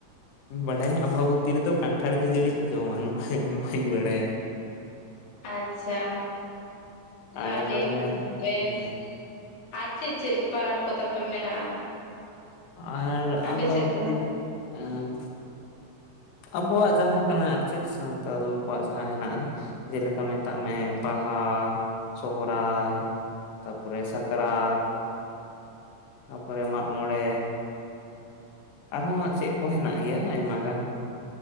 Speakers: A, on the left; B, on the left.
A: ᱤᱧ ᱵᱟᱰᱟᱭᱟ ᱟᱢᱵᱟᱵᱚᱛᱤ ᱨᱮᱫᱚ ᱠᱟᱱᱴᱷᱟᱲ ᱠᱷᱟᱹᱡᱟᱲᱤ ᱠᱚ ᱡᱚᱢᱟ ᱱᱚᱠᱷᱟ ᱱᱚᱠᱷᱟᱧ ᱵᱟᱲᱟᱭᱟ᱾
B: ᱟᱪᱪᱷᱟ
A: ᱟᱨ
B: ᱟᱹᱰᱤ
A: ᱛᱟᱦᱚᱞᱮ
B: ᱵᱮᱥ
A: ᱦᱮᱸ
B: ᱟᱨ ᱪᱮᱫ ᱪᱮᱜ ᱯᱟᱨᱟᱯ ᱠᱚ ᱛᱟᱯᱮ ᱢᱮᱱᱟᱜᱼᱟ?
A: ᱟᱨ
B: ᱟᱯᱮ
A: ᱟᱢᱵᱟᱵᱩᱛᱤ
B: ᱥᱮᱫ ᱫᱚ
A: ᱮᱸ ᱟᱵᱚᱣᱟᱜ ᱡᱟᱦᱟᱸ ᱠᱟᱱᱟ ᱟᱨ ᱪᱮᱫ ᱥᱟᱱᱛᱟᱞ ᱠᱚᱣᱟᱜ ᱡᱟᱦᱟᱸ ᱦᱮᱱᱟᱜᱼᱟ᱾ ᱡᱮᱞᱮᱠᱟ ᱢᱮᱛᱟᱜ ᱢᱮ ᱵᱟᱦᱟ, ᱥᱚᱦᱚᱨᱟᱭ ᱛᱟᱯᱚᱨᱮ ᱥᱟᱠᱨᱟᱛ, ᱛᱟᱯᱚᱨᱮ ᱢᱟᱜ ᱢᱚᱬᱮ ᱟᱨᱦᱚᱸ ᱦᱟᱸᱜ ᱪᱮᱜ ᱠᱚ ᱦᱮᱱᱟᱜ ᱜᱮᱭᱟ ᱟᱭᱢᱟ ᱜᱟᱱ